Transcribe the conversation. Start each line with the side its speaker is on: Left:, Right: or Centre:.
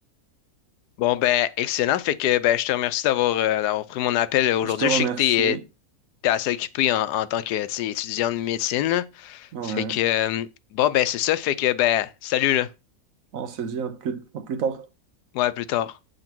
Left: Bon, ben, excellent. Fait que ben, je te remercie d'avoir euh, d'avoir pris mon appel euh, aujourd'hui.
Right: Je te remercie.
Left: Je sais que t'es euh, t'es assez occupé en, en tant que tu sais, étudiant de médecine. là.
Right: Ouais,
Left: Fait que euh, bon, ben, c'est ça. Fait que ben, salut là.
Right: on se dit à plus, à plus tard.
Left: Ouais, à plus tard.